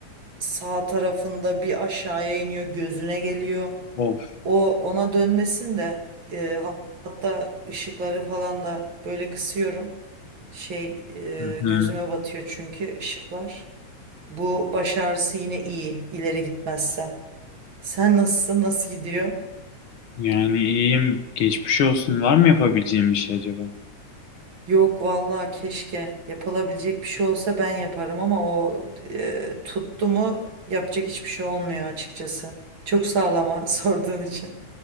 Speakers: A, on the right; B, on the left.
A: sağ tarafında bir aşağıya iniyor gözüne geliyor.
B: Of.
A: O ona dönmesin de e, ha- hatta ışıkları falan da böyle kısıyorum. Şey
B: Hı
A: e,
B: hı.
A: gözüme batıyor çünkü ışıklar. Bu baş ağrısı yine iyi ileri gitmezse. Sen nasılsın? Nasıl gidiyor?
B: Yani iyiyim. Geçmiş olsun. Var mı yapabileceğim bir şey acaba?
A: Yok vallahi keşke yapılabilecek bir şey olsa ben yaparım ama o e, tuttu mu yapacak hiçbir şey olmuyor açıkçası. Çok sağlama <laughs> sorduğun için.